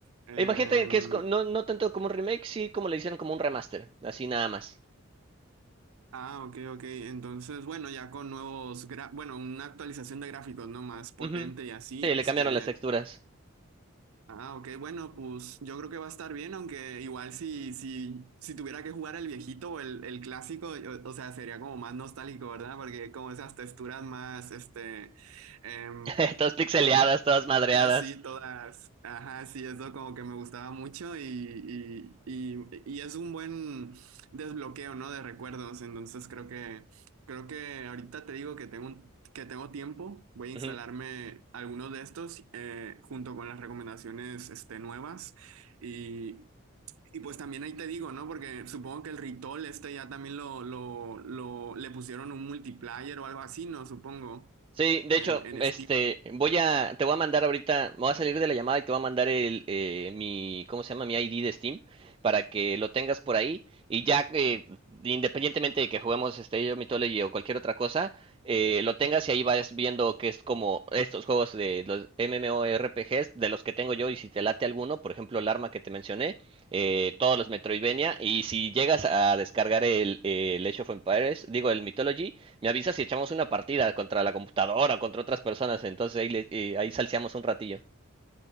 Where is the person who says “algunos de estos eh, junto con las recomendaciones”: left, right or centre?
Right